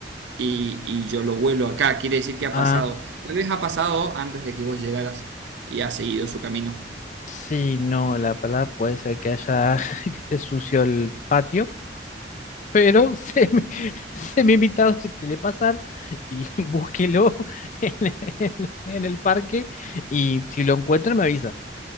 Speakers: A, on the right; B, on the left.
A: Y, y yo lo huelo acá, quiere decir que ha
B: Ah,
A: pasado. Tal vez ha pasado antes de que vos llegaras y ha seguido su camino.
B: sí, no, la palabra puede ser que haya, <laughs> que esté sucio el patio. pero semi, <laughs> semi invitado si quiere pasar y <laughs> búsquelo en, el- en el parque y si lo encuentra me avisa.